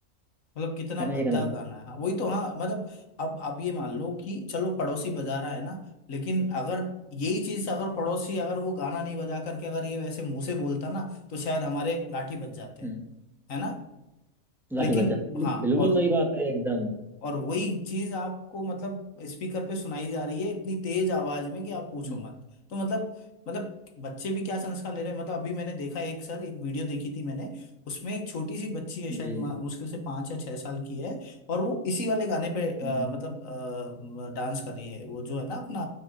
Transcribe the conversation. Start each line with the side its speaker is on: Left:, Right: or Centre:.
Left: मतलब कितना
Centre: है ना
Left: भद्दा
Centre: ये गाना भी
Left: गाना है हाँ वही तो हाँ मतलब अब आप ये मान लो कि चलो पड़ोसी बजा रहा है ना लेकिन अगर यही चीज अगर पड़ोसी अगर वो गाना नहीं बजा करके अगर ये वैसे मुंह से बोलता ना तो शायद हमारे लाठी बज जाते हैं
Centre: हम्म
Left: है ना
Centre: लाठी
Left: लेकिन
Centre: बज जाती है। बिल्कुल
Left: हाँ
Centre: बिल्कुल
Left: और
Centre: सही बात है एकदम
Left: और वही चीज आपको मतलब स्पीकर पे सुनाई जा रही है इतनी तेज आवाज में कि आप पूछो
Centre: हम्म
Left: मत तो मतलब मतलब बच्चे भी क्या संस्कार ले रहे हैं मतलब अभी मैंने देखा एक सर एक वीडियो देखी थी मैंने उसमें एक छोटी सी बच्ची है
Centre: जी
Left: शायद मा- मुश्किल से पाँच या छह साल की है और वो इसी वाले गाने पे अ,
Centre: हम्म
Left: मतलब डांस कर रही है वो जो है ना अपना